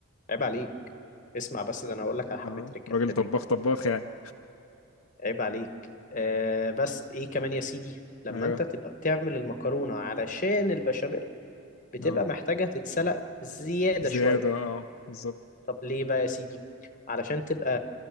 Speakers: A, on the left; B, on the left.
A: عيب عليك اسمع بس ده انا هقول لك على حبه
B: اه
A: تريكات
B: راجل
A: حلوين
B: طباخ طباخ يعني
A: عيب عليك آه بس ايه كمان يا سيدي لما
B: ايوه
A: انت تبقى بتعمل المكرونه علشان البشاميل بتبقى
B: اه
A: محتاجه تتسلق زياده
B: زياده
A: شويه
B: اه بالظبط
A: طب ليه بقى يا سيدي علشان تبقى